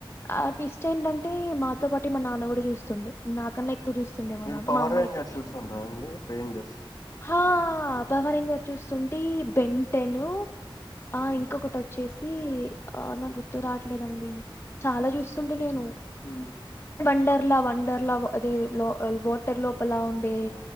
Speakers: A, on the left (about 30°); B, on the left (about 45°).
A: ఆ ట్విస్ట్ ఏంటంటే మాతో పాటు మా నాన్న కూడా చూస్తుండే నాకన్నా ఎక్కువ చూస్తుండేమోన్నాన్న
B: మీరు పవర్
A: మా అమ్మ
B: రేంజర్స్
A: అయితే
B: చూస్తుండ్రా అండి రేంజర్స్
A: ఆ అపవరిజ చూస్తుంటే బెంటెన్ ఆ
B: మ్మ్.
A: ఇంకొకటి వచ్చేసి ఆ నా గుర్తు రావట్లేదండి చాలా చూస్తుండే నేను
B: ఆ
A: వండర్లా వండర్లా అదే లో వోటర్ లో లా ఉండే
B: ఆ!